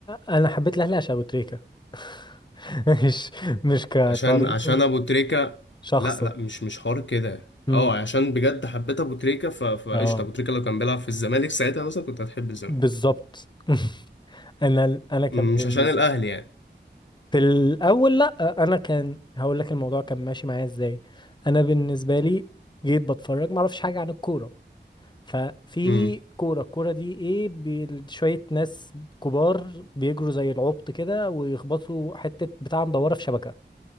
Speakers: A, on the left; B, on the left.
A: انا حبيت الاهلي عشان ابو تريكة <laughs> مش مش كطريقة
B: عشان عشان ابو تريكة
A: شخصا
B: لا لا مش مش حوار كده
A: امم
B: اه عشان بجد حبيت ابو تريكة ف... فقشطة
A: اه
B: ابو تريكة لو كان بيلعب في الزمالك ساعتها مثلا كنت هتحب الزمالك
A: بالظبط <laughs> انا انا كان
B: م- مش
A: بالنسبه
B: عشان الاهلي يعني
A: في الاول لا انا كان هقول لك الموضوع كان ماشي معايا ازاي انا بالنسبه لي جيت بتفرج ما اعرفش حاجه عن الكوره ففي
B: امم
A: كوره الكوره دي ايه بال- شويه ناس كبار بيجروا زي العبط كده ويخبطوا حته بتاع مدوره في شبكه